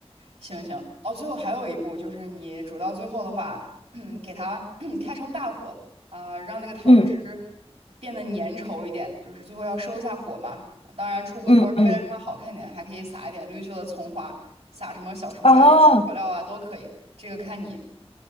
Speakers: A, on the right (about 75°); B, on the left (about 70°).
A: 行行哦，最后还有一步就是你煮到最后的话，<clears throat> 给它 <clears throat> 开成大火啊，让那个汤汁
B: 嗯
A: 变得粘稠一点，就是最后要收一下火嘛。当然出锅时候为了让它好看点，
B: 嗯嗯，
A: 还可以撒一点绿色的葱花，撒什么小蔬菜调料啊都可以，
B: 啊，
A: 这个看你。